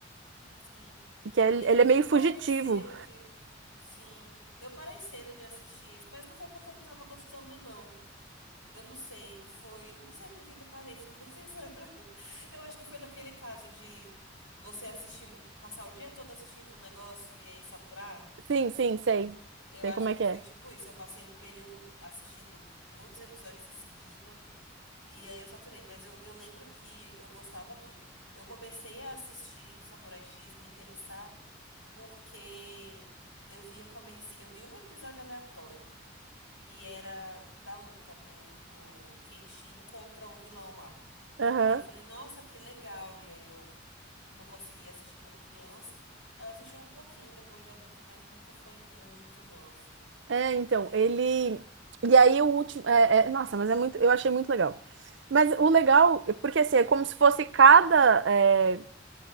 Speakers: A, on the left (about 85°); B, on the right (about 65°).
A: Sim.
B: E Que ele,
A: Eu,
B: ele é meio
A: eu
B: fugitivo.
A: parei cedo de. Sim. Eu parei cedo de assistir esse, mas não foi porque eu não tava gostando, não. Eu não sei. Foi. Não sei por que que eu parei, sendo bem <laughs> sincera. Eu acho que foi daquele caso de você assistir, passar o dia todo assistindo um negócio e aí saturar.
B: Sim, sim, sei.
A: Eu
B: Sei
A: acho
B: como é
A: que
B: que
A: foi
B: é.
A: tipo isso. Eu passei um período assistindo muitos episódios em seguida. E aí eu saturei, mas eu, eu lembro que eu gostava muito. Eu comecei a assistir Samurai X, me interessar, porque eu via comerci... eu vi um episódio aleatório. E era da luta do, do Kenshin contra o vilão lá.
B: Aham.
A: E eu falei, nossa, que legal. E aí eu não conseguia assistir quando criança. Eu assisti um pouquinho depois de adulta, mas nunca foi muito, não, assim.
B: É, então,
A: É.
B: ele. E aí o último. é, é- Nossa, mas é muito. Eu achei muito legal. Mas o legal, porque assim, é como se fosse cada. é,